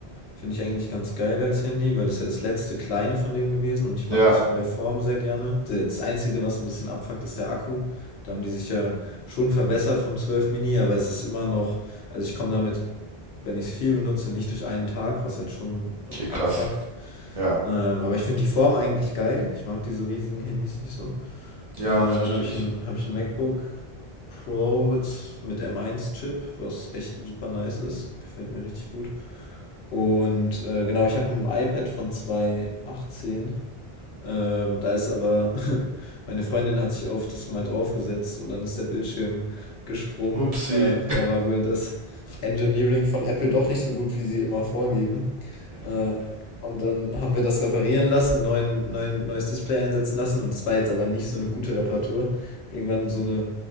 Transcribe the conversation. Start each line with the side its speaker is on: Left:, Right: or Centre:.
Left: Finde ich eigentlich ganz geil als Handy, weil das ist ja das letzte kleine von denen gewesen und ich mag
Right: Ja,
Left: das von der Form sehr gerne. Das Einzige, was ein bisschen abfuckt, ist der Akku. Da haben die sich ja schon verbessert vom 12 Mini, aber es ist immer noch, also ich komme damit, wenn ich es viel benutze, nicht durch einen Tag, was halt schon
Right: okay, krass.
Left: abfuckt.
Right: Ja,
Left: Ähm, aber ich finde die Form eigentlich geil. Ich mag diese riesigen Handys nicht so.
Right: ja,
Left: Äh,
Right: verstehe
Left: dann habe ich
Right: ich.
Left: ein, hab ich ein MacBook Pro jetzt mit m eins chip was echt super nice ist. Gefällt mir richtig gut. Und äh, genau, ich habe ein iPad von 2018. Ähm, da ist aber, <laughs> meine Freundin hat sich auf das mal draufgesetzt und dann ist der Bildschirm gesprungen.
Right: Upsi.
Left: Äh, da war wohl das Engineering von Apple doch nicht so gut, wie sie immer vorgeben. Äh, und dann haben wir das reparieren lassen, neuen, neuen, neues Display einsetzen lassen und es war jetzt aber nicht so eine gute Reparatur. Irgendwann so eine,